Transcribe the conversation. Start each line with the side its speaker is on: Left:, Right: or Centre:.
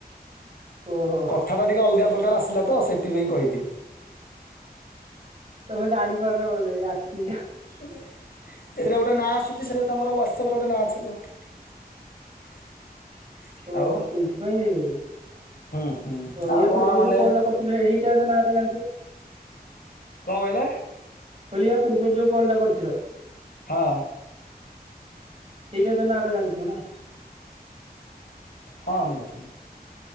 Right: ଓହୋ।
Left: କଥାଟା ଟିକେ ଅଲଗା ପ୍ରକାର ଆସିଲା ତ ସେଥିପାଇ କହିଲି।
Right: ତମେ ଜାଣି ପାରୁନ ବଉଧ ଆଗତି
Left: ଏଥିରେ ଗୋଟେ ନାଁ ଆସୁଛି ସେଥିରେ ତମର ହ୍ୱାଟସଆପ ରେ ଗୋଟେ ନାଁ ଅଛି ତ। <inaudible>
Right: ଓହୋ
Left: ଆଉ
Right: ସେଇଥିପାଇଁ ହେଇଗଲା
Left: ହୁଁ ହୁଁ
Right: ଓ
Left: ଆଉ
Right: ୟା
Left: କଣ
Right: ପୂର୍ବରୁ
Left: ମାନେ
Right: ଯୋଉ କଲ୍ ଟା କର <unintelligible>
Left: କଣ କହିଲା?
Right: କହିଲିୟା ପୂର୍ବରୁ ଯୋଉ କଲ୍ଟା କରିଥିଲ।
Left: ହଁ।
Right: ଏଇଟା ତ ନାଁଟା ଜାଣିଥିବ ନା।
Left: ହଁ ନିହାନ୍ତିି।